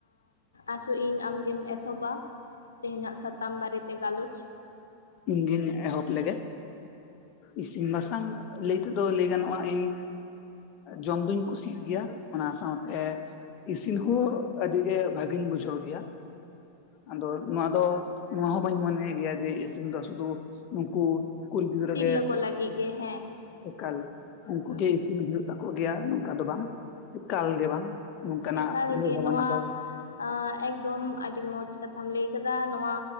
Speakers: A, on the left; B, on the left.
A: ᱟᱥᱚᱜ ᱤᱧ ᱟᱢᱜᱮᱢ ᱮᱛᱚᱦᱚᱵ-ᱟ᱾ ᱛᱮᱦᱮᱧᱟᱜ ᱥᱟᱛᱟᱢ ᱵᱟᱨᱮᱛᱮ ᱜᱟᱞᱚᱪ᱾
B: ᱤᱧ ᱜᱤᱧ ᱮᱦᱚᱵ ᱞᱮ ᱜᱮ, ᱤᱥᱤᱱ ᱵᱟᱥᱟᱝ ᱞᱟᱹᱭ ᱛᱮᱫᱚ ᱞᱟᱹᱭ ᱜᱟᱱᱚᱜᱼᱟ ᱤᱧ ᱡᱚᱢ ᱫᱩᱧ ᱠᱩᱥᱤᱜ ᱜᱮᱭᱟ, ᱚᱱᱟ ᱥᱟᱶᱛᱮ ᱤᱥᱤᱱ ᱦᱚᱸ ᱟᱹᱰᱤ ᱜᱮ ᱵᱷᱟᱜᱮᱧ ᱵᱩᱡᱷᱟᱹᱣ ᱜᱮᱭᱟ᱾ ᱟᱫᱚ ᱱᱚᱣᱟ ᱫᱚ ᱱᱚᱣᱟ ᱦᱚᱸ ᱵᱟᱹᱧ ᱢᱚᱱᱮ ᱜᱮᱭᱟ ᱡᱮ ᱤᱥᱤᱱ ᱫᱚ ᱥᱩᱫᱩ ᱱᱩᱠᱩ ᱠᱩᱲᱤ ᱜᱤᱫᱽᱨᱟᱹ
A: ᱛᱤᱨᱞᱟᱹ
B: ᱜᱮ
A: ᱠᱚ ᱞᱟᱹᱜᱤᱫ ᱜᱮ ᱦᱮᱸ,
B: ᱮᱠᱟᱞ ᱩᱱᱠᱩ
A: ᱦᱩᱸ,
B: ᱜᱮ ᱤᱥᱤᱱ ᱦᱩᱭᱩᱜ ᱛᱟᱠᱚ ᱜᱮᱭᱟ ᱱᱚᱝᱠᱟ ᱫᱚ ᱵᱟᱝ ᱮᱠᱟᱞ ᱜᱮ ᱵᱟᱝ᱾ ᱱᱚᱝᱠᱟᱱᱟᱜ
A: ᱮᱠᱟᱞ
B: ᱩᱭᱦᱟᱹᱨ
A: ᱜᱮ
B: ᱵᱷᱟᱵᱱᱟ
A: ᱱᱚᱣᱟ
B: ᱫᱚ
A: ᱟᱸ ᱮᱜᱫᱚᱢ ᱟᱹᱰᱤ ᱢᱚᱡᱽ ᱠᱟᱛᱷᱟᱢ ᱞᱟᱹᱭ ᱠᱟᱫᱟ ᱱᱚᱣᱟ